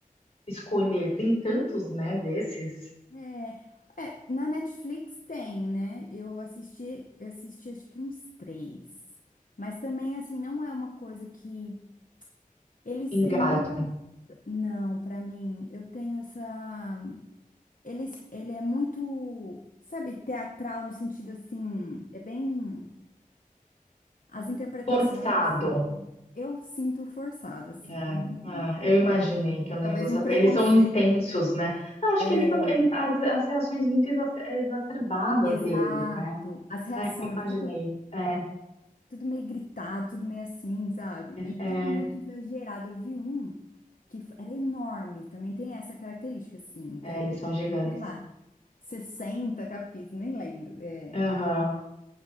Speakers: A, on the left; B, on the left.
A: escolher. Tem tantos, né, desses.
B: é. É, na Netflix tem, né? Eu assisti, eu assisti acho que uns três. Mas também, assim, não é uma coisa que. Eles
A: Engaja.
B: têm muita Não, pra mim, eu tenho essa. Ele, ele é muito, sabe, teatral no sentido assim, é bem. As interpretações,
A: Forçado.
B: assim, eu sinto forçada, assim,
A: É,
B: né? Enfim,
A: é, eu imaginei
B: hum,
A: que eu não
B: talvez
A: ia gostar.
B: um preconceito.
A: Eles são intensos, né? Eu acho
B: é,
A: que eles são eles, as, as reações muito exa- exacerbadas
B: Exato,
A: deles, né?
B: as reações,
A: É, imaginei.
B: tudo,
A: É,
B: tudo meio gritado, tudo meio assim, sabe? E
A: é,
B: tudo muito exagerado. Eu vi um que f- era enorme, também tem essa característica, assim,
A: é,
B: tem,
A: eles são gigantes.
B: sei lá, 60 capítulos, nem lembro, é,
A: Aham,